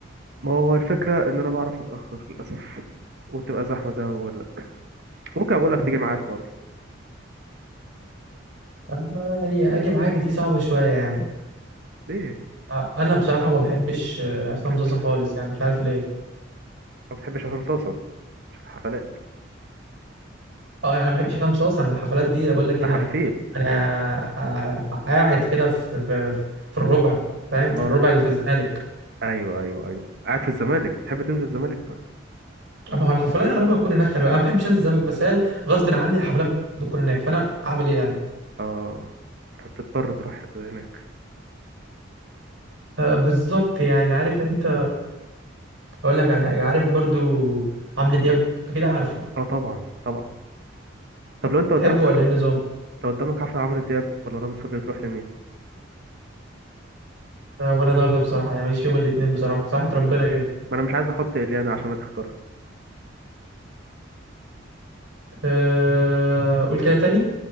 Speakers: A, on the right (about 55°); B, on the right (about 70°).
A: ما هو الفكره ان انا بعرف متاخر للاسف وتبقى زحمه زي ما بقول لك ممكن اقول لك
B: مم.
A: تيجي معايا في مره
B: أنا يعني اجي معاك دي صعبه شويه يعني
A: ليه
B: أ- انا بصراحه ما بحبش آه،
A: ما
B: عصام
A: بتحبش
B: صاصا
A: الحفلات
B: خالص يعني مش عارف ليه
A: ما بتحبش عصام صوصه مش الحفلات
B: اه انا ما بحبش حسام صاصا انا الحفلات دي بقول لك
A: انت
B: إيه،
A: حفيل
B: انا انا آه، قاعد كده في في في الربع فاهم
A: اه
B: في الربع اللي في الزمالك
A: ايوه ايوه ايوه قاعد في الزمالك بتحب تنزل الزمالك كمان
B: اما هو الحفلات اغلبها بتكون هناك خلي بالك. انا ما بحبش انزل الزمالك بس هي غصب عني الحفلات بتكون هناك فانا اعمل ايه يعني
A: اه فبتضطر تروح هناك
B: آه بالظبط يعني عارف انت اقول لك على حاجه عارف برضو عمرو دياب اكيد عارفه
A: اه طبعا طبعا طب لو انت قدامك
B: تحبه ولا
A: حفله
B: ايه النظام
A: لو قدامك حفله عمرو دياب ولا رامي صبري تروح لمين
B: آه ولا ده ولا بصراحه يعني ماليش فيهم الاتنين بصراحه صحة ربنا كده
A: ما انا مش عايز احط اليانا عشان هتختارها
B: آه قول كده تاني